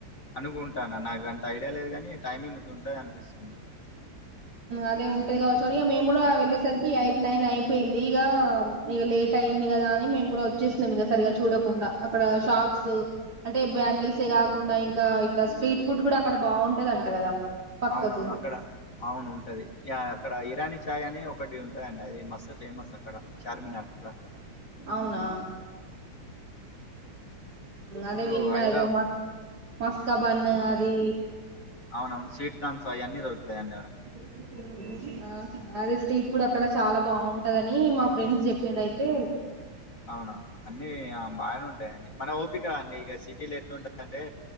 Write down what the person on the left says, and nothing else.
అనుకుంటాను నాకు అంత తెయలేదు కాని టైమింగ్ ఉంటాగా అనిపిస్తుంది
అవునవును అక్కడ అవును ఉంటది అక్కడ ఇరానీ చాయ్ అని ఒకటి ఉంటాందండి అది మస్ ఫేమస్ అక్కడ చార్మినార్క్క
ఇప్పుడు
హైదరా
అవునవును స్వీకాన్స్ అవన్నీ దొరుకుతాయండి
అవునా అన్నీ బాగానే ఉంటాఅండి మన ఓపిక అండి ఇక సిటీలు ఎట్లాంటాందంటే